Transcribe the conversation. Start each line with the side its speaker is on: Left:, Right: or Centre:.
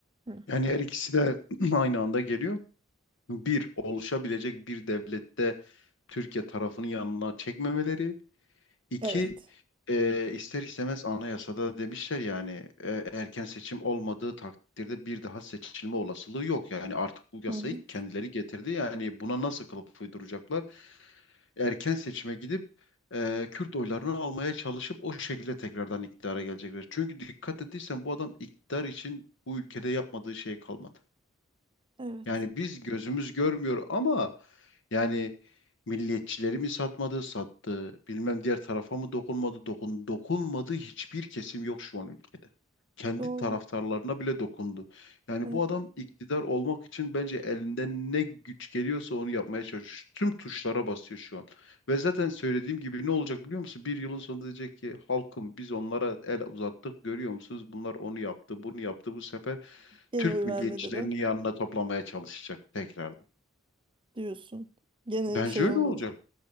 Right: Hı.
Left: Yani her ikisi de <clears throat> aynı anda geliyor. Bir, oluşabilecek bir devlette Türkiye tarafını yanına çekmemeleri. İki,
Right: Evet.
Left: e, ister istemez anayasada demişler yani e, erken seçim olmadığı takdirde bir daha seçilme olasılığı yok. Yani artık bu yasayı
Right: Hı hı.
Left: kendileri getirdi. Yani buna nasıl kılıf uyduracaklar? Erken seçime gidip e, Kürt oylarını almaya çalışıp o şekilde tekrardan iktidara gelecekler. Çünkü dikkat ettiysen bu adam iktidar için bu ülkede yapmadığı şey kalmadı.
Right: Evet.
Left: Yani biz gözümüz görmüyor ama yani milliyetçileri mi satmadı, sattı, bilmem diğer tarafa mı dokunmadı, dokun, dokunmadı hiçbir kesim yok şu an ülkede. Kendi
Right: Doğru.
Left: taraftarlarına bile dokundu. Yani
Right: Evet.
Left: bu adam iktidar olmak için bence elinden ne güç geliyorsa onu yapmaya çalışıyor. Tüm tuşlara basıyor şu an. Ve zaten söylediğim gibi ne olacak biliyor musun? Bir yılın sonunda diyecek ki halkım biz onlara el uzattık görüyor musunuz? Bunlar onu yaptı, bunu yaptı bu sefer.
Right: Gene
Left: Türk
Right: oy
Left: milliyetçilerini
Right: vermediler
Left: yanına toplamaya çalışacak tekrardan.
Right: diyorsun. Gene
Left: Bence
Right: şey
Left: öyle
Right: olmadı.
Left: olacak.